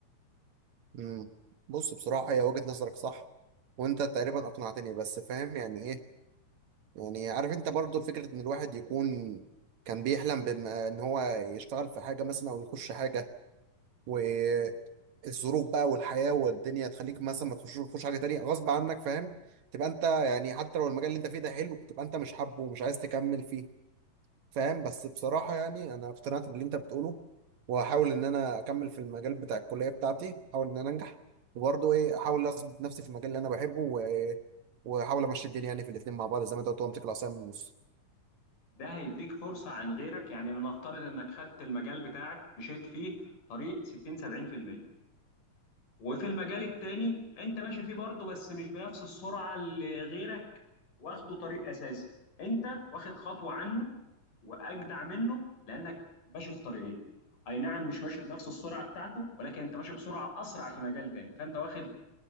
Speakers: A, on the right (about 65°); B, on the left (about 75°).
A: امم بص بصراحه هي وجهه نظرك صح وانت تقريبا اقنعتني بس فاهم يعني ايه يعني عارف انت برضو فكرة ان الواحد يكون كان بيحلم بما ان هو يشتغل في حاجة مثلا او يخش حاجة والظروف بقى والحياة والدنيا تخليك مثلا ما تخشش تخش حاجة تانية غصب عنك فاهم تبقى انت يعني حتى لو المجال اللي انت فيه ده حلو تبقى انت مش حابه ومش عايز تكمل فيه فاهم بس بصراحة يعني انا اقتنعت باللي انت بتقوله وهحاول ان انا اكمل في المجال بتاع الكلية بتاعتي احاول ان انا انجح وبرضه ايه احاول اثبت نفسي في المجال اللي انا بحبه و... واحاول امشي الدنيا يعني في الاتنين مع بعض زي ما انت قلت وامسك العصاية من النص
B: ده هيديك فرصة عن غيرك يعني من نفترض انك خدت المجال بتاعك مشيت فيه طريق 60 70% وفي المجال التاني انت ماشي فيه برضه بس مش بنفس السرعة اللي غيرك واخده طريق اساسي انت واخد خطوة عنه واجدع منه لانك ماشي في طريقين اي نعم مش ماشي بنفس السرعة بتاعته ولكن انت ماشي بسرعة اسرع في مجال تاني فانت واخد